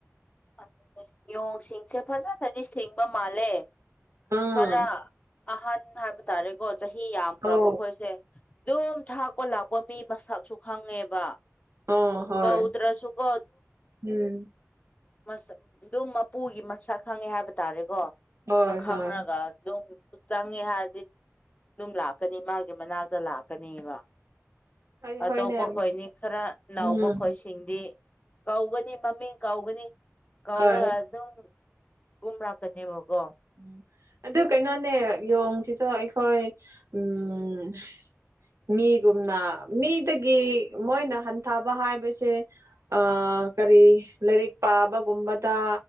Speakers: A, on the left; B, on the right.
A: ꯑꯗꯨꯗ ꯌꯣꯡꯁꯤꯡꯁꯦ ꯐꯖꯅꯗꯤ ꯁꯤꯡꯕ ꯃꯥꯜꯂꯦ
B: ꯑꯧ
A: ꯈꯔ ꯑꯍꯟ ꯍꯥꯏꯕ ꯇꯥꯔꯦꯀꯣ ꯆꯍꯤ ꯌꯥꯝꯈ꯭ꯔꯕꯈꯣꯏꯁꯦ
B: ꯑꯣ
A: ꯑꯗꯨꯝ ꯊꯥꯛꯄ ꯂꯥꯛꯄ ꯃꯤ ꯃꯁꯛꯁꯨ ꯈꯪꯉꯦꯕ
B: ꯑꯣ ꯍꯣꯏ
A: ꯀꯧꯗ꯭ꯔꯁꯨꯀꯣ
B: ꯎꯝ
A: ꯃꯁꯛ ꯑꯗꯨꯝ ꯃꯄꯨꯒꯤ ꯃꯁꯛ ꯈꯪꯉꯦ ꯍꯥꯏꯕ ꯇꯥꯔꯦꯀꯣ
B: ꯍꯣꯏ
A: ꯑꯗꯨ ꯈꯪꯉꯒ
B: ꯍꯣꯏ
A: ꯑꯗꯨꯝ ꯆꯪꯉꯦ ꯍꯥꯏꯔꯗꯤ ꯑꯗꯨꯝ ꯂꯥꯛꯀꯅꯤ ꯃꯥꯒꯤ ꯃꯅꯥꯛꯇ ꯂꯥꯛꯀꯅꯦꯕ
B: ꯍꯣꯏ
A: ꯑꯇꯣꯞꯄ
B: ꯍꯣꯏꯅꯦ
A: ꯈꯣꯏꯅꯤ ꯈꯔ ꯅꯥꯎꯕ
B: ꯎꯝ
A: ꯈꯣꯏꯁꯤꯡꯗꯤ ꯀꯧꯒꯅꯤ ꯃꯃꯤꯡ ꯀꯧꯒꯅꯤ ꯀꯧꯔꯒ
B: ꯍꯣꯏ
A: ꯑꯗꯨꯝ ꯀꯨꯝꯔꯛꯀꯅꯦꯕꯀꯣ
B: ꯎꯝ ꯑꯗꯨ ꯀꯩꯅꯣꯅꯦ ꯌꯣꯡꯁꯤꯁꯨ ꯑꯩꯈꯣꯏ ꯎꯝ ꯃꯤꯒꯨꯝꯅ ꯃꯤꯗꯒꯤ ꯃꯣꯏꯅ ꯍꯟꯊꯕ ꯍꯥꯏꯕꯁꯦ ꯑ ꯀꯔꯤ ꯂꯥꯏꯔꯤꯛ ꯄꯥꯕꯒꯨꯝꯕꯗ